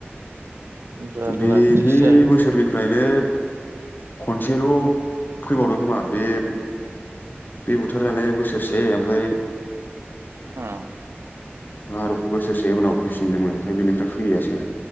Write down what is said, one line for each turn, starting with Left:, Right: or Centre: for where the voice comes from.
Right: जारला
Left: बेनि
Right: बिदिसो जाया
Left: बोसोरनिफ्रायनो, खनसेल' फैबावदों खोमा बे <unintelligible> बुथार जानाय बोसोरसे ओमफाय,
Right: उम
Left: मार' बोसोरसे उनाव फैफिनदोंमोन ओमफ्राय बेनिफ्राय फैयासै,